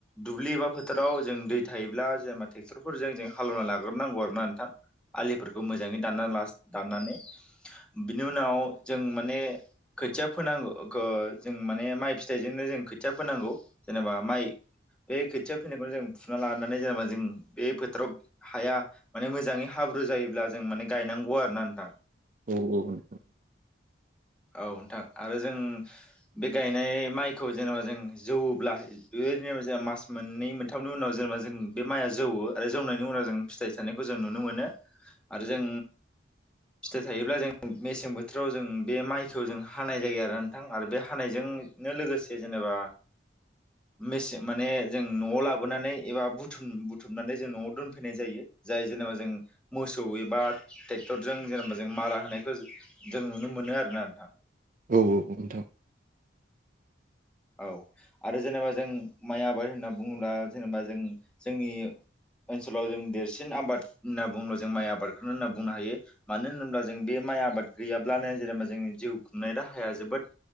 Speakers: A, in the centre; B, on the right.
A: दुब्लि एबा फोथाराव जों दै थायोब्ला जेनेबा ट्रेक्टरफोरजों जों हालेवना लाग्रोबोनांगौ आरो <unintelligible> आलिफोरखौ मोजाङै दान ला दनानै बिनि उनाव जों माने खोथिया फोनांगो गो जों माने माइ फिथाइजोंनो जों खोथिया फोनांगौ। जेनेबा माइ। बे खोथिया फैनायखौनो जों फुना लानानै जेनेबा जों बे फोथाराव हाया माने मोजाङै हाब्रु जायोब्ला जों माने गायनांगौ आरो ना नोंथां
B: औ औ नोंथां।
A: औ नोंथां आरो जों बे गायनाय माइखौ जेनेबा जों जौवोब्ला। जेनबा ज मास मोननै मोनथामनि उनाव जेनेबा जों बे माइआ जौवो आरो जौनायनि उनाव जों फिथाइ थानायखौ जों नुनो मोनो। आरो जों फिथाइ थायोब्ला जों मेसें बोथोराव जों बे माइखौ जों हानाय जायो आरो नोंथां आरो बे हानायजोंनो लोगोसे जेनेब। एबा मेसे माने जों न'आव लाबोनानै एबा बुथुम बुथुमनानै जों न'आव दोनफैनाय जायो। जाय जेनेबा जों मोसौ एबा ट्रेक्टर जों जेनेबा जों मारा होनाय। बे जों नुनो मोनो आरोना नोंथां।
B: औ औ नोंथां
A: औ आरो जेनेबा जों माइ आबाद होनना बुङोब्ला जेनेबा जों जोंनि ओनसोलाव जों देरसिन आबाद होनना बुोब्ला जों माइ आबादखौनो होनना बुंनो हायो मानो होनोब्ला जों बे। माइ आबाद गैयाब्लानो जेनेबा जोंनि जिउ खुंनाय राहाया जोबोद